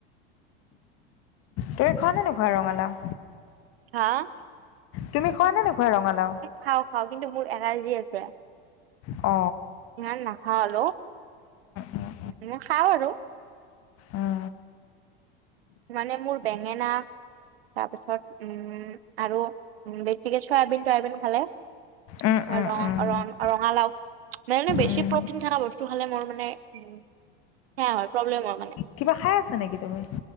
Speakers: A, on the left; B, on the right.
A: তুমি খোৱা নে নোখোৱা ৰঙালাও?
B: হা! !
A: তুমি খোৱা নে নোখোৱা ৰঙালাও?
B: খাওঁ খাওঁ কিন্তু মোৰ এলাৰ্জি আছে।
A: অ
B: ইমান নাখাওঁ আৰু
A: উম
B: এনে খাওঁ আৰু।
A: উম
B: মানে মোৰ বেঙেনা তাৰপিছত উম আৰু বেছিকৈ চয়াবিন তয়াবিন খালে
A: উম উম উম
B: আৰু
A: উম
B: ৰ ৰঙালাও মানেই বেছি
A: উম
B: প্ৰটিন থকা বস্তু খালে মোৰ মানে উম সেয়া হয় প্ৰব্লেম হয় মানে
A: কিবা খাই আছা নেকি তুমি?